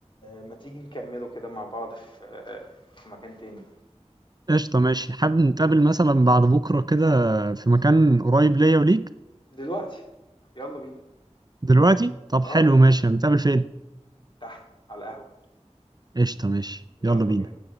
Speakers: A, on the left; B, on the right.
A: ما تيجي نكمله كده مع بعض في في مكان تاني
B: قشطه ماشي حابب نتقابل مثلا بعد بكره كده في مكان قريب ليا وليك
A: دلوقتي يلا بينا
B: دلوقتي طب
A: اه
B: حلو ماشي هنتقابل فين
A: تحت على القهوة
B: قشطه ماشي
A: يلا
B: يلا بينا
A: بينا